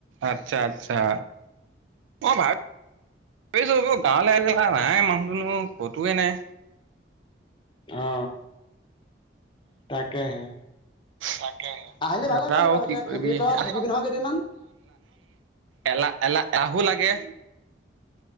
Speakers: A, on the right; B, on the left.
A: আতচ্ছা, আতচ্ছা। অই ভাব, ভাবিছোঁ এই গাঁৱলৈ আহিলে <unintelligible> নাই মানুহ-দুনু ক'তোৱে নাই।
B: অ তাকেহে।
A: তাকে। <unintelligible>
B: আহিলি ভালে কৰিলি বাৰু
A: কি
B: এতিয়া
A: কৰিবি?
B: খেতি
A: <unintelligible>
B: তই
A: <unintelligible>
B: থাকিবি নহয় কেইদিনমান
A: এলা-এলাহ-এলাহ-এলাহু লাগে।